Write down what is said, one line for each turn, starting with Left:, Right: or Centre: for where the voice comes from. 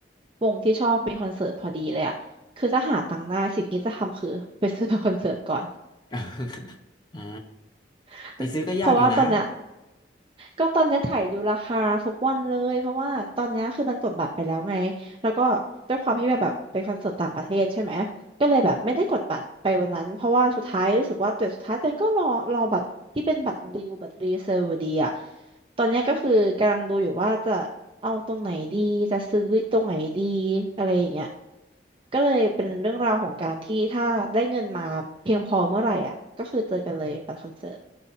Right: วงที่ชอบมีคอนเสิร์ตพอดีเลยอะ คือถ้าหาตังค์ได้สิ่งที่จะทำคือไปซื้อ <laughs> บัตรคอนเสิร์ตก่อน
Left: <laughs> อ่า
Right: <laughs>
Left: ไปซื้อก็ยากอยู่นะ
Right: เพราะว่าตอนเนี้ยก็ตอนเนี้ยถ่ายดูราคาทุกวันเลยเพราะว่าตอนเนี้ยคือมันกดบัตรไปแล้วไงแล้วก็ด้วยความที่แบบแบบเป็นคอนเสิร์ตต่างประเทศใช่ไหมก็เลยแบบไม่ได้กดบัตรไปวันนั้นเพราะว่าสุดท้ายรู้สึกว่าตัวสุดท้ายตัวเองก็รอรอบัตรที่เป็นบัตรดิวบัตรรีเซอร์อยู่ดีอะตอนเนี้ยก็คือกำลังดูอยู่ว่าจะเอาตรงไหนดีจะซื้อตรงไหนดีอะไรอย่างเงี้ยก็เลยเป็นเรื่องราวของการที่ถ้าได้เงินมาเพียงพอเมื่อไหร่อ่ะก็คือเจอกันเลยบัตรคอนเสิร์ต